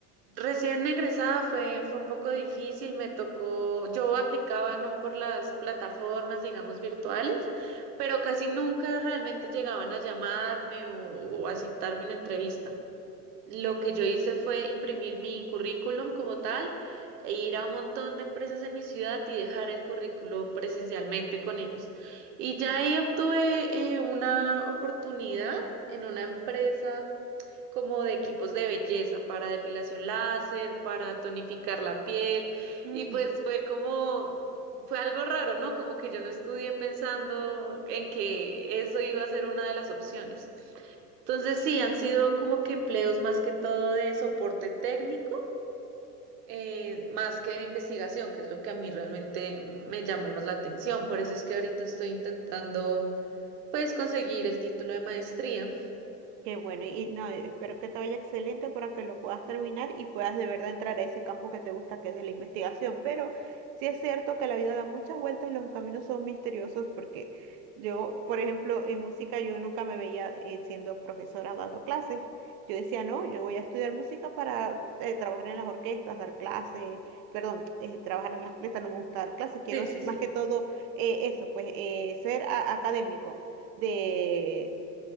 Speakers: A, on the right; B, on the right.
A: recién egresada fue, fue un poco difícil, me tocó, yo aplicaba no por las plataformas, digamos, virtuales, pero casi nunca realmente llegaban a llamarme o, o a citarme una entrevista. Lo que yo hice fue imprimir mi currículum como tal e ir a un montón de empresas en mi ciudad y dejar el currículo presencialmente con ellos. Y ya ahí obtuve eh, una oportunidad en una empresa como de equipos de belleza para depilación láser, para tonificar la piel
B: Ujú.
A: y pues fue como, fue algo raro, ¿no? Como que yo no estudié pensando en que eso iba a ser una de las opciones. Entonces sí, han sido como que empleos más que todo de soporte técnico. eh, más que de investigación, que es lo que a mí realmente me llama más la atención. Por eso es que ahorita estoy intentando, pues, conseguir el título de maestría.
B: Qué bueno, y no, espero que te vaya excelente para que lo puedas terminar y puedas de verdad entrar a ese campo que te gusta, que es de la investigación. Pero sí es cierto que la vida da muchas vueltas y los caminos son misteriosos porque yo, por ejemplo, en música yo nunca me veía eh, siendo profesora o dando clases. Yo decía, no, yo voy a estudiar música para eh, trabajar en las orquestas, dar clases, perdón, eh, trabajar en las orquestas, no me gusta dar clases, quiero
A: Sí,
B: es-
A: sí,
B: más
A: sí.
B: que todo eh, eso, pues eh, ser a- académico de,